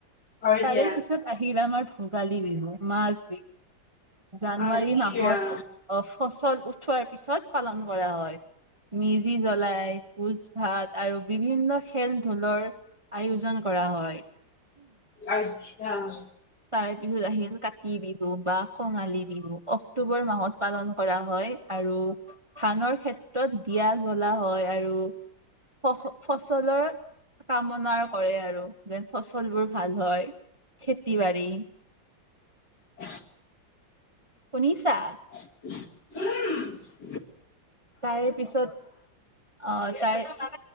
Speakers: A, on the left (about 60°); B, on the right (about 20°).
A: হয়
B: তাৰে
A: দিয়া
B: পিছত আহিল আমাৰ ভোগালী বিহু, মাঘ বিহু, জানুৱাৰী
A: আচ্ছা
B: মাহত অ', ফচল উঠোৱাৰ পিছত পালন কৰা হয়। মেজি জ্বলাই, ভোজ ভাত আৰু বিভিন্ন খেল ধূলৰ আয়োজন কৰা হয়।
A: আইস <unintelligible>
B: তাৰেপিছত আহিল কাতি বিহু বা কঙালী বিহু। অক্টোবৰ মাহত পালন কৰা হয় আৰু ধানৰ খে তই দিয়া জ্বলা হয় আৰু। <unintelligible> ফচলৰ কামনাও কৰে আৰু যেন ফচলবোৰ ভাল হয়। টিবাৰি।
A: <inaudible>
B: শুনিছা?
A: উম।
B: তাৰেপিছত। অ, তাৰে তাৰে